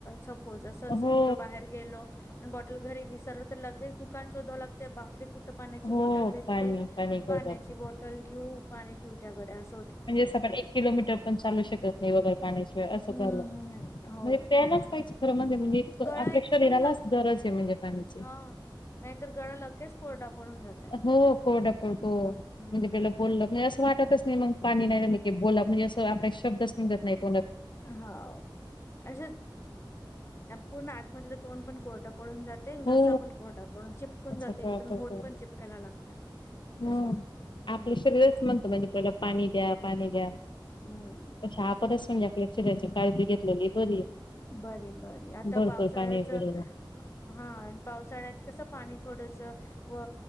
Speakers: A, on the left; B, on the left.
A: सपोज असंच
B: हो
A: कुठं बाहेर गेलो आणि बॉटल घरी विसरलो तर लगेच दुकान शोधाव लागते बा कुठं पाण्याची
B: हो
A: बॉटल भेटते
B: पाणी पाणी करतो
A: पाण्याची
B: आपण
A: बाॅटल घेऊ पाणी पिऊ त्याकडे अस
B: म्हणजे असं पण एक किलोमीटर पण चालू शकत नाही वगैरे पाण्याशिवाय असं
A: हम्म
B: झालं
A: हम्म
B: म्हणजे
A: हो
B: प्यायलाच पाहिजे. खर मज म्हणजे आपल्या
A: गळा एकदम
B: शरीरालाच
A: लव
B: गरज आहे म्हणजे पाण्याची
A: हा नाहीतर गळा लगेच कोरडा पडून जाते
B: हो कोडा कोो
A: हम्म
B: म्हणजे
A: हम्म
B: पला बोललं म्हणजे अस वाटतच नाही मग पाणी नाहीे बोलन म्हणजे असं आपल्या शब्दच निगत नाहीत.
A: हा अ पूर्ण आतमधलं तोंड पण कोरड पडून जाते घसा
B: हो
A: पण कोरडा पडून चिपकून
B: असा
A: जाते
B: कोरडा
A: एकदम
B: पडतो
A: होट पण चिपकायला लागतात
B: हम्म
A: असे
B: आपलं
A: हम्म
B: शरीरच म्हणतं म्हणजे आपल्याला पाणी द्या पाणी द्या
A: हम्म
B: तसे आपणच म्हणजे आपल्या शरीराची काळजी घेतलेली बरी
A: बरी बरी आता
B: भरपूर
A: पावसाळ्याच
B: पाणी पिलेलं
A: हा पावसाळ्यात कसं पाणी थोडस व